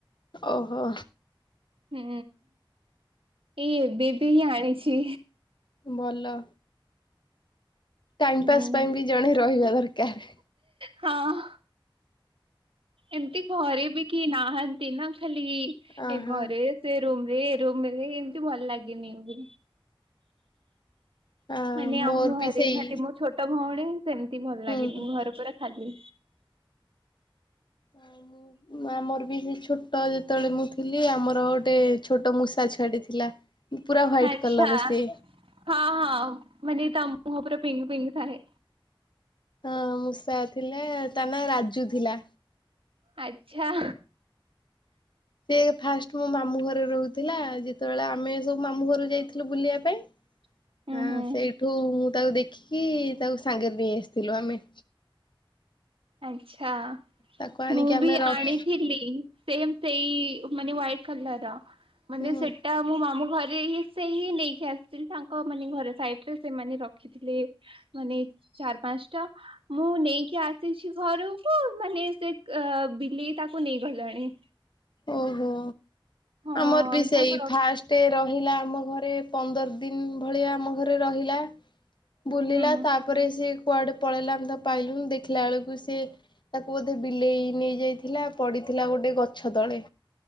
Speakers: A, on the left (about 60°); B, on the right (about 80°).
A: ଓହୋ
B: ହୁଁ, ଏଇ ଏବେ ବି ଆଣିଛି।
A: ଭଲ। ଟାଇମ
B: ହୁଁ
A: ପାସ୍ ପାଇଁ ବି ଜଣେ ରହିବା ଦରକାର।
B: ହଁ ଏମିତି ଘରେ ବି କିଏ ନାହାନ୍ତି ନା, ଖାଲି ଇ
A: ଅହୋ
B: ଏ ଘରେ ସେ ରୁମରେ, ଏ ରୁମରେ, ଏମତି ଭଲ ଲାଗେନି ବି।
A: ଆ
B: ମାନେ
A: ମୋର
B: ଆମ
A: ବି
B: ଘରେ
A: ସେଇ
B: ଖାଲି ମୋ ଛୋ ତ ଭଉଣୀ ସେମତି ଭଲ
A: ହୁଁ
B: ଲାଗେନି ଘରେ ପୁରା ଖାଲି।
A: ଆଉ ମୁଁ ମା ଆମର ବି ସେଇ ଛୋଟ ଯେତବେଳେ ମୁଁ ଥି ଥିଲି ଆମର ଗୋଟେ ଛୋଟ ମୂଷା ଛୁଆଟେ ଥିଲା। ପୁରା ହ୍ୱାଇଟ
B: ଆଚ୍ଛା,
A: କଲର ସେ
B: ହଁ, ହଁ ମାନେ ତା ମୁହଁ ପୁରା ପିଙ୍କ୍ ପିଙ୍କ୍ ଥାଏ।
A: ହଁ ମୂଷା ଥିଲା ତା ନାଁ ରାଜୁ ଥିଲା।
B: ଆଚ୍ଛା।
A: ସିଏ ଫାଷ୍ଟ ମୋ ମାମୁଁ ଘରେ ରହୁଥିଲା, ଯେତେବେଳେ ଆମେ ସବୁ ମାମୁଁ ଘରକୁ ଯାଇଥିଲୁ ବୁଲିବା ପାଇଁ।
B: <inaudible>
A: ହଁ
B: ହୁଁ
A: ସେଇଠୁ ମୁଁ ତାକୁ ଦେଖିକି ତାକୁ ସାଙ୍ଗେରେ ନେଇ ଆସିଥିଲୁ ଆମେ।
B: ଆଚ୍ଛା,
A: ତାକୁ ଆଣିକି
B: ମୁଁ
A: ଆମେ
B: ବି
A: ରଖ
B: ଆଣିଥିଲି। ସେମ୍ ସେଇ ମାନେ ହ୍ଵାଇଟ୍ କଲର୍ ମାନେ
A: ହୁଁ
B: ସେ ଟା ମୁଁ ମାମୁଁ ଘରେ ହିଁ ସେ ହିଁ ନେଇକି ଆସିଥିଲି, ତାଙ୍କ ମାନେ ଘର ସାଇଟ୍ ରେ ସେମାନେ ରଖି ଥିଲେ ମାନେ ଚାର ପାନ୍ସ ଟା ମୁଁ ନେଇକି ଆ ସିଛି ଘରୁକୁ ମାନେ ସେ ଆ, ବିଲେଇ ତାକୁ ନେଇଗଲାଣି।
A: ଓହୋ,
B: ହଁ
A: ଆମର ବି ସେଇ
B: ତାକୁ ର
A: ଫାଷ୍ ଟେ ରହିଲା ଆମ ଘରେ ପନ୍ଦର ଦିନ ଭଳିଆ ଆମ ଘରେ ରହିଲା। ବୁଲିଲା
B: ହୁଁ
A: ତାପରେ ସିଏ କୁଆଡେ ପଳେଇଲା ଆମେ ତାକୁ ପାଇଲୁନୁ, ଦେଖିଲା ବେଳୁକୁ ସିଏ ତାକୁ ବୋଧେ ବିଲେଇ ନେଇ ଯାଇଥିଲା ପଡିଥିଲା ଗୋଟେ ଗଛ ତଳେ।